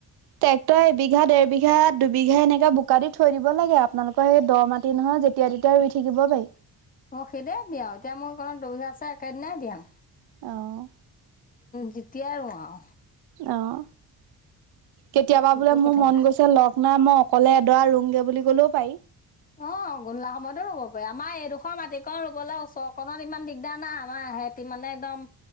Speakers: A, on the right; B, on the left.
A: ট্ৰেক্টৰ এবিঘা দেৰবিঘা দুবিঘা এনেকা বু শুকা দি থৈ দিব লাগে আপোনালোকৰ সেই দ মাটি নহয় যেতিয়া তেতিয়া ৰুই থাকিব পাৰি।
B: মই সেইদ দিও এতিয়া মোৰ অণ দুবিঘা আছে একেদিনাই দিয়াম।
A: অ',
B: যেতিয়াই ৰাও।
A: আহ। কেতিয়াবা
B: সেইটো
A: বোলে মোৰ
B: কথা
A: মন
B: নাই
A: গৈছে লগ নাই মই অকলে এডৰা ৰুংগে বুলি কলেও পাৰি।
B: অ', গোলা সময় ৰ'ব আমাৰ এইডোখৰ মাটিিকণ ৰুবলৈ ওচৰ কনত ইমান দিগদাৰ নাই আমাৰ সেহতি মানে একদম